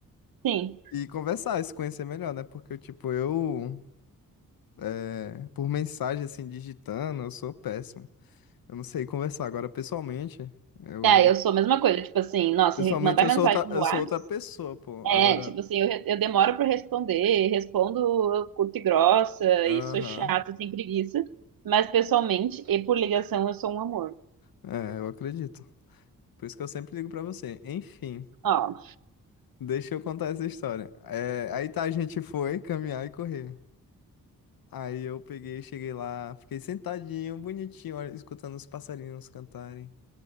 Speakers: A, on the right; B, on the left.
A: sim.
B: E conversar, se conhecer melhor, né? Porque, tipo, eu, é, por mensagem, assim, digitando, eu sou péssimo. Eu não sei conversar. Agora, pessoalmente, eu
A: É, eu sou a mesma coisa, tipo assim, nossa,
B: Pessoalmente
A: re- mandar
B: eu
A: mensagem
B: sou outra, eu
A: no WhatsApp,
B: sou outra pessoa, pô.
A: é,
B: Agora,
A: tipo assim, eu, re- eu demoro pra responder, respondo curta e grossa,
B: aham.
A: e sou chata, sem preguiça, mas pessoalmente e por ligação eu sou um amor.
B: É, eu acredito. Por isso que eu sempre ligo pra você. Enfim,
A: Ó,
B: deixa eu contar essa história. É, aí tá, a gente foi caminhar e correr. Aí eu peguei, cheguei lá, fiquei sentadinho, bonitinho, olha, escutando os passarinhos cantarem.